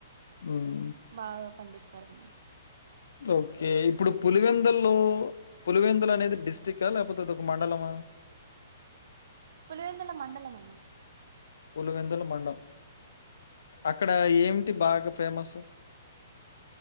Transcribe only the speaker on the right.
బాగ పండిస్ తల్న
పులివెందుల మండలమన్న.